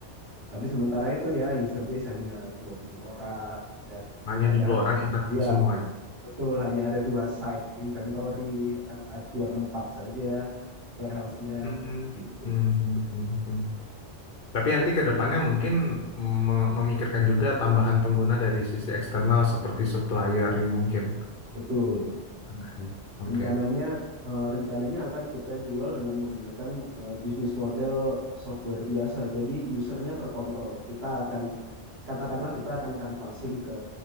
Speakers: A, on the right (about 60°); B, on the left (about 55°).
A: Tapi sementara itu ya user base hanya dua puluh orang dan
B: Hanya
A: ada
B: dua puluh orang internal
A: ya
B: semua itu.
A: betul hanya ada dua site inventory, ada, ada dua tempat saja warehouse-nya
B: Hmm, hmm,
A: gitu.
B: hmm, hmm, hmm. Tapi nanti ke depannya mungkin me- memikirkan juga tambahan pengguna dari sisi eksternal seperti supplier ya mungkin.
A: Betul.
B: Oke. Oke.
A: Rencananya eh, rencananya akan kita jual dengan menggunakan eh, bisnis model software biasa. Jadi usernya terkontrol. Kita akan katakanlah kita akan canvassing ke